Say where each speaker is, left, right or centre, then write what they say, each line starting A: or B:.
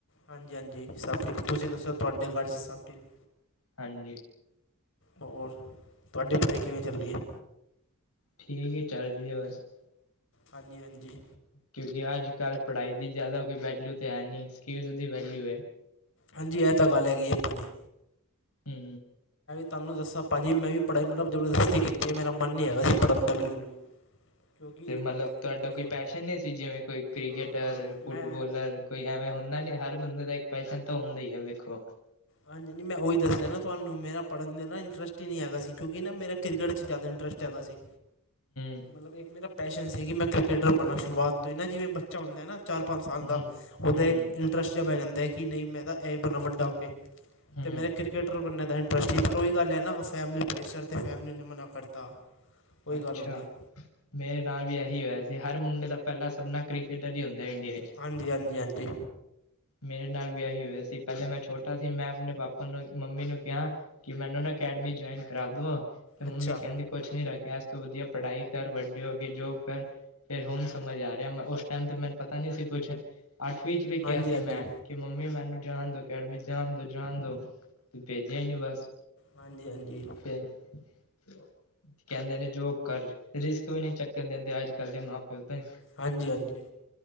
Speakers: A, on the left; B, on the left.
A: ਹਾਂਜੀ ਈ ਹਾਂਜੀ ਈ ਸਭ ਠੀਕ ਤੁਸੀਂ ਦੱਸੋ ਤੁਹਾਡੇ ਘਰ ਚ ਸਭ ਠੀਕ ਈ
B: ਹਾਂਜੀ ਈ
A: ਹੋਰ ਤੁਹਾਡੀ ਈ ਪੜ੍ਹਾਈ ਕਿਵੇਂ ਚੱਲ ਰਹੀ ਐ
B: ਠੀਕ ਹੀ ਚੱਲ ਰਹੀ ਐ ਬਸ ਐ
A: ਹਾਂਜੀ ਈ ਹਾਂਜੀ ਈ
B: ਕਿਉਂਕਿ ਅੱਜ ਕੱਲ੍ਹ ਪੜ੍ਹਾਈ ਦੀ ਜ਼ਿਆਦਾ ਕੋਈ ਵੈਲਿਊ ਤਾਂ ਐ ਨਹੀਂ ਸਕਿਲਸ ਦੀ ਵੈਲਊ ਐ
A: ਹਾਂਜੀ ਈ ਐ ਤਾਂ ਗੱਲ ਹੈਗੀ ਐ ਪਾਜੀ ਈ
B: ਹੂੰ
A: ਤਾਨੂੰ ਦੱਸਾਂ ਭਾਜੀ ਮੈਂ ਵੀ ਪੜ੍ਹਾਈ ਮਤਲਬ ਜ਼ਬਰਦਸਤੀ ਕੀਤੀ ਐ ਮੇਰਾ ਮਨ ਨੀ ਹੈਗਾ ਸੀ ਪੜ੍ਹਨ ਦਾ ਬਿਲਕੁਲ ਵੀ ਕਿਉਂਕਿ
B: ਤੇ ਮਲਬ ਤੁਹਾਡਾ
A: ਹਾਂ
B: ਕੋਈ ਪੈਸ਼ਨ ਨਹੀਂ ਸੀ ਜਿਵੇਂ ਕੋਈ ਕ੍ਰਿਕਟਰ
A: ਹਾਂ ਹਾਂ ਮੈਂ
B: ਫੁੱਟਬੋਲਰ ਕੋਈ ਐਵੇਂ ਹੁੰ ਨਾਂ ਨਈ ਹਰ ਬੰਦੇ ਦਾ ਇੱਕ ਪੈਸ਼ਨ ਤਾਂ ਹੁੰਦਾ ਈ ਐ ਵੇਖੋ ਓ
A: ਹਾਂਜੀ ਈ ਹਾਂਜੀ ਈ ਮੈਂ ਉਹੀ ਦੱਸ ਆ ਨਾ ਤੁਹਾਨੂੰ ਮੇਰਾ ਪੜ੍ਹਨ ਦੇ ਨਾ ਇੰਟਰਸਟ ਈ ਨੀ ਹੈਗਾ ਸੀ ਕਿਉਂਕਿ ਨਾ ਮੇਰਾ ਕ੍ਰਿਕਟ ਚ ਜ਼ਿਆਦਾ ਇੰਟਰਸਟ ਹੈਗਾ ਸੀ
B: ਹਮ
A: ਮਲਬ ਇੱਕ ਮੇਰਾ ਪੈਸ਼ਨ ਸੀ ਕਿ ਮੈਂ ਕ੍ਰਿਕੇਟਰ ਬਣਾ, ਸ਼ੁਰੂਆਤ ਤੋਂ ਹੀ ਨਾ। ਜਿਵੇਂ ਬੱਚਾ ਹੁੰਦੈ ਨਾ ਚਾਰ-ਪੰਜ ਸਾਲ ਦਾ,
B: ਹਮ
A: ਓਹਦਾ
B: ਹਮ
A: ਇੱਕ ਇੰਟਰੱਸਟ ਜਿਹਾ ਪੈ ਜਾਂਦਾ ਕਿ ਨਈ ਮੈਂ ਤਾਂ ਐਹ ਬਣਨਾ ਵੱਡਾ ਹੋ ਕੇ
B: ਹਮ
A: ਤੇ ਮੇਰਾ ਕਿਰਕੇਟ ਕ੍ਰਿਕੇਟਰ ਬਣਨ ਦਾ ਇੰਟਰਸਟ ਸੀ ਪਰ ਓਈ ਗੱਲ ਹੈ ਨਾ, ਫੈਮਲੀ ਪ੍ਰੈਸ਼ਰ ਤੇ ਫੈਮਲੀ ਨੇ ਮਨਾ ਕਰਤਾ। ਉਹੀ
B: ਅੱਛਾ।
A: ਗੱਲ ਹੁੰਦੀ ਹੈ
B: ਮੇਰੇ ਨਾਲ ਵੀ ਐਹੀ ਹੋਇਆ ਸੀ। ਹਰ ਮੁੰਡੇ ਦਾ ਪਹਿਲਾ ਸਪਨਾ ਕ੍ਰਿਕੇਟਰ ਹੀ ਹੁੰਦੈ ਇੰਡੀਆ ਚ।
A: ਹਾਂਜੀ-ਹਾਂਜੀ-ਹਾਂਜੀ।
B: ਮੇਰੇ ਨਾਲ ਵੀ ਐਈ ਹੋਇਆ ਸੀ। ਪਹਿਲੇ ਮੈਂ ਛੋਟਾ ਸੀ, ਮੈਂ ਆਪਣੇ ਪਾਪਾ ਨੂੰ, ਮੰਮੀ ਨੂੰ ਕਿਹਾ ਕਿ ਮੈਨੂੰ ਨਾ ਅਕੈਡਮੀ ਜੁਆਇਨ ਕਰਾ ਦੋ, ਤੇ ਮੰਮੀ
A: ਅੱਛਾ
B: ਕਹਿੰਦੀ ਕੁਛ ਨੀ ਰੱਖਿਆ ਐਸ ਤੋਂ ਵਦੀਆ ਪੜ੍ਹਾਈ ਕਰ, ਵੱਡੇ ਹੋ ਕੇ ਜੋਬ ਕਰ ਫੇਰ ਹੁਣ ਸਮਝ ਆ ਰਿਹਾ, ਮੈਂ ਉਸ ਟਾਈਮ ਤੇ ਮੈਨੂੰ ਪਤਾ ਨਹੀਂ ਸੀ, ਕੁਛ ਅੱਠਵੀਂ ਚ ਵੀ
A: ਹਾਂਜੀ
B: ਕਿਹਾ ਸੀ
A: ਹਾਂਜੀ
B: ਮੈਂ। ਕਿ ਮੰਮੀ ਮੈਨੂੰ ਜਾਨ ਦੋ, ਅਕੈਡਮੀ ਜਾਨ ਦੋ, ਜਾਨ ਦੋ, ਤੇ ਭੇਜਿਆ ਹੀ ਨੀ ਬਸ।
A: ਹਾਂਜੀ-ਹਾਂਜੀ।
B: <inaudible> ਕਹਿੰਦੇ ਨੇ ਜੋਬ ਕਰ, ਰਿਸਕ ਵੀ ਨਹੀਂ ਚੱਕਣ ਦਿੰਦੇ ਅੱਜ-ਕੱਲ ਦੇ ਮਾਂ-ਪਿਓ ਤੇ।
A: ਹਾਂਜੀ-ਹਾਂਜੀ।